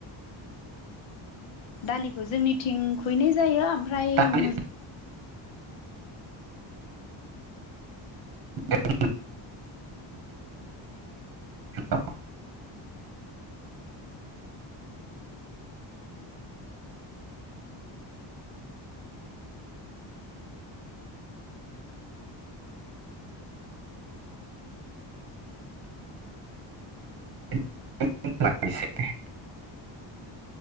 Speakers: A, on the left; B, on the right.
A: दालिखौ जोंनिथिं फुहैनाय जायो ओमफ्राय
B: दानि
A: मो
B: बे <inaudible> ह <inaudible> <inaudible>